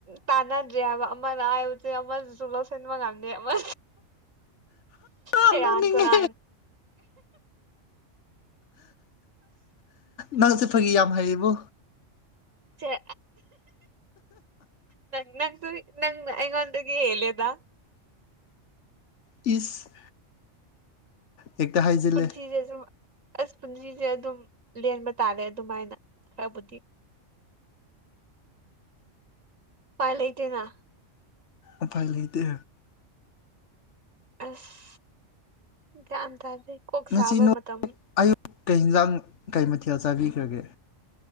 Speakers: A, on the right; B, on the left.
A: ꯇꯥꯟꯅꯗ꯭ꯔꯦ ꯍꯥꯏꯕ ꯑꯃꯅ ꯑꯁꯦ ꯑꯃꯁꯨ ꯂꯧꯁꯟꯕ ꯉꯥꯝꯗ‌ꯦ ꯑꯃ
B: ꯌꯥꯝ
A: ꯁ‌ꯦꯔꯥꯟ
B: ꯅꯣꯛꯅꯤꯡꯉꯦ
A: ꯇꯨꯔꯥꯟ
B: ꯅꯪꯁꯦ ꯐꯒꯤ ꯌꯥꯝ ꯍꯌꯤꯕꯣ
A: ꯆ‌ꯦ ꯅꯪ ꯅꯪꯁꯨ ꯅꯪ ꯑꯩꯉꯣꯟꯗꯒꯤ ꯍ‌ꯦꯜꯂꯦꯗ
B: ꯏꯁ ꯍꯦꯛꯇ ꯍꯥꯏꯖꯤꯜꯂꯦ
A: ꯄꯨꯟꯁꯤꯁ‌ꯦ ꯁꯨꯝ ꯑꯁ ꯄꯨꯟꯁꯤꯁꯦ ꯑꯗꯨꯝ ꯂꯦꯟꯕ ꯇꯥꯔꯦ ꯑꯗꯨꯃꯥꯏꯅ ꯈꯔꯕꯨꯗꯤ ꯄꯥꯏ ꯂꯩꯇꯦꯅꯥ
B: ꯎꯄꯥꯏ ꯂꯩꯇꯦ
A: ꯑꯁ ꯒ꯭ꯌꯥꯟ ꯇꯥꯗ‌ꯦ ꯀꯣꯛ
B: ꯉꯁꯤ
A: ꯁꯥꯕ
B: ꯅꯣ
A: ꯃꯇꯝ
B: ꯑꯌꯨꯛ ꯀꯩ ꯍꯤꯟꯖꯥꯡ ꯀꯩ ꯃꯊꯦꯜ ꯆꯥꯕꯤꯈ꯭ꯔꯒꯦ